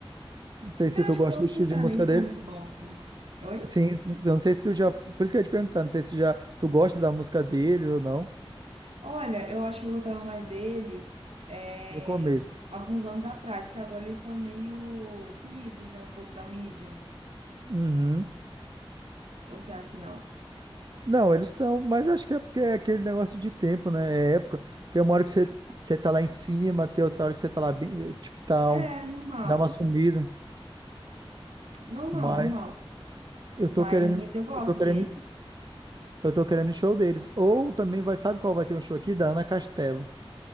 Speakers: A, on the right (about 45°); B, on the right (about 85°).
A: Não sei se
B: Eu
A: tu
B: acho
A: gosta
B: que todos
A: do estilo
B: os sertanejos
A: de música deles.
B: são muito bons, né? Oi?
A: Sim, sim. Eu não sei se tu já, por isso que eu ia te perguntar, não sei se já tu gosta da música deles ou não,
B: Olha, eu acho que eu gostava mais deles é,
A: no começo.
B: alguns anos atrás, porque agora eles estão meio sumidos, né? Um pouco da mídia.
A: Uhum.
B: Ou você acha que não?
A: Não, eles estão, mas acho que é porque é aquele negócio de tempo, né? É época. Tem uma hora que você, você tá lá em cima, tem outra hora que você tá lá bem, tipo, tá um,
B: É, normal.
A: dá uma sumida.
B: Normal,
A: Mas
B: normal.
A: eu
B: Mas
A: tô querendo,
B: eu gosto
A: eu tô querendo,
B: deles.
A: eu tô querendo o show deles. Ou também vai, sabe qual vai ter um show aqui? Da Ana Castelo.